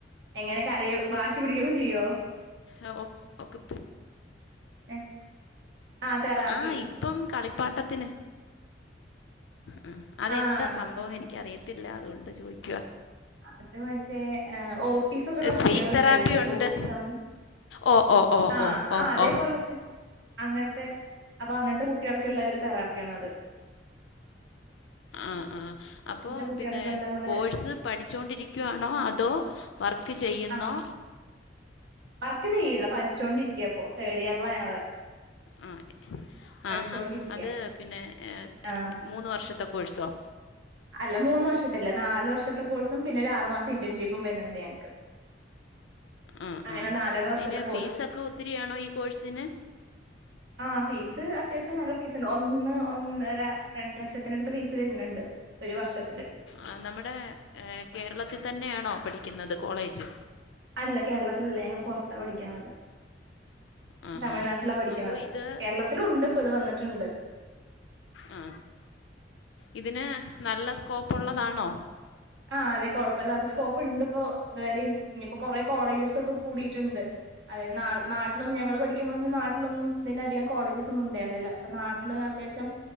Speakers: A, on the right (about 70°); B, on the left (about 80°).
A: എങ്ങനെ കരയോ വാശി പിടിക്കൊക്കെ ചെയ്യോ
B: ഓ ഓക്ക്
A: <unintelligible> തെറാപ്പി
B: ആ ഇപ്പം കളിപ്പാട്ടത്തിന് ആ അതെന്താ
A: ആഹ്
B: സംഭവം എനിക്കറിയത്തില്ല അതുകൊണ്ട് ചോയിക്കുവാ
A: അത് മറ്റേ ഓട്ടീസൊക്കെള്ള
B: സ്പീച്ച്
A: കുട്ടികൾ
B: തെറാപ്പി
A: ഉണ്ടാവില്ലേ
B: ഉണ്ട്
A: ഓട്ടിസം
B: ഓ ഓ ഓ
A: ആ
B: ഓ ഓ
A: ആ അതേപോലത്തെ
B: ഓ
A: അങ്ങൻത്തെ അപ്പൊ അങ്ങൻത്തെ കുട്ടികൾക്കള്ള ഒരു തറാപ് പിയാണത്
B: ആ ആ അപ്പോ
A: കുട്ടികൾക്കെല്ലാം
B: പിന്നെ
A: നമ്മള്
B: കോഴ്സ് പഠിച്ചോണ്ടിരിക്കുവാണോ അതോ വർക്ക് വർക്ക് ചെയ്യുന്നോ
A: ആഹ് വർക്ക് ചെയ്യില്ല പഠിച്ചുകോണ്ടിരിക്യപ്പം തേർഡിയർലാ ഞങ്ങള്
B: ആ
A: പഠിച്ചോണ്ടിരിക്ക്യാ
B: ആ ആ അത് പിന്നെ
A: ആഹ്
B: മൂന്ന് വർഷ വർഷത്തെ ക്കോഴ്സോ
A: അല്ല മൂന്ന് വർഷത്തല്ല നാല് വർഷത്തെ കോഴ്സും പിന്നെ ഒരു ആറു മാസം ഇന്റേൺഷിപ്പും വര്ണ് ണ്ട് ഞങ്ങക്ക് <inaudible>
B: ആ
A: അങ്ങനെ
B: ആ
A: നാലര വർഷത്തെ
B: അയിന് ഫീസൊക്കെ ഒത്തിരിയാണോ ഈ കോഴ്സിന്
A: ആ ഫീസ് അത്യാവശ്യം നല്ല ഫീസ്ണ്ടാവും ഒന്ന് ഒന്നര രണ്ട് ലക്ഷത്തിനടുത്ത് ഫീസ് വരുന്നുണ്ട് ഒരു വർഷത്തില്
B: ആ നമ്മുടെ കേരളത്തിൽ തന്നെയാണോ പഠിക്കുന്നത് കോളേജ്
A: അല്ല കേരളത്തിലല്ല ഞങ്ങള് പൊർത്താ പഠിക്ക്ണത്
B: ആ
A: തമിഴ്നാട്ടിലാ
B: ഹാ
A: പഠിക്ക്ണത്
B: അപ്പോൾ ഇത്
A: കേരളത്തിലും ഉണ്ട് ഇപ്പൊ ഇത് വന്ന്ട്ട്ണ്ട്
B: ആ ഇതിന് നല്ല സ്കോപ്പ് ഉള്ളതാണോ
A: ആ അതെ കൊഴപ്പല്ലാത്ത സ്കോപ്പ് ഇണ്ട് ഇപ്പോ ഇതുവരിം ഇഞ്പ്പോ കൊറേ കോളേജസൊക്കെ കൂടീട്ട്ണ്ട് അതായത് നാട്ടിലൊന്ന് ഞങ്ങള് പഠിക്കുമ്പോളൊന്ന് നാട്ടിലൊന്നും ഇതിന്റെ അധികം കോളേജസൊന്നും ഉണ്ടായിരുന്നില്ല ഇപ്പം നാട്ടില് അത്യാവശ്യം